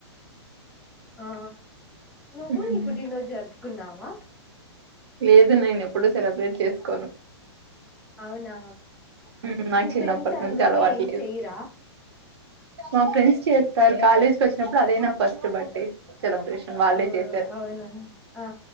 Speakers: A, in the centre; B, on the right (about 60°).
A: ఆ నువ్వు
B: హ్మ్
A: నీ పుటినోజ జర్పు కున్నావా
B: లేదు నేను ఎప్పుడు సెలబ్రేట్ చేసుకోను
A: అవునా
B: హ్మ్ నాకు
A: మీ
B: చిన్నప్పటి
A: ఫ్రెండ్స్ అందుకు
B: నుంచి అలవాటు
A: ఏం
B: లేదు
A: చెయ్యరా
B: మా ఫ్రెండ్స్ చేస్తారు కాలేజ్కి వచ్చినప్పుడు అదేనా ఫస్ట్ బడ్డే సెలబ్రేషన్ వాళ్ళే
A: ఓ
B: చేశారు
A: అవునా ఆ